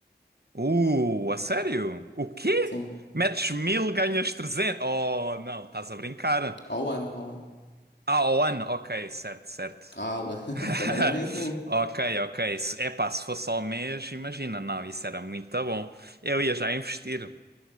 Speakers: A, on the right (about 65°); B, on the left (about 80°).
A: Uh, a sério? O quê?
B: Sim,
A: Metes mil, ganhas 300? Oh, não, estás a brincar.
B: ao ano, ao ano.
A: Ah, ao ano, ok, certo, certo.
B: Calma, <laughs>
A: <laughs>
B: também não é assim.
A: Ok, ok. Se- Epá, se fosse ao mês, imagina, não, isso era muito bom. Eu ia já investir.